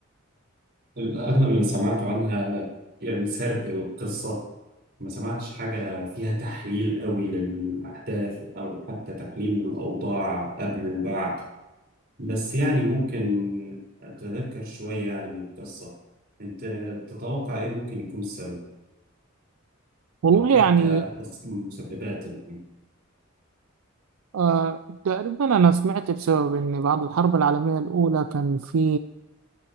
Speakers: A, on the right (about 50°); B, on the right (about 85°).
A: أغلب اللي سمعته عنها يعني سرد القصة ما سمعتش حاجة فيها تحليل قوي للأحداث أو حتى تحليل للأوضاع قبل وبعد بس يعني ممكن أتذكر شوية يعني من القصة أنت تتوقع إيه ممكن يكون السبب
B: والله
A: أو حتى
B: يعني
A: أص- مسببات الحاجة
B: آه تقريبا انا سمعت بسبب ان بعد الحرب العالمية الاولى كان في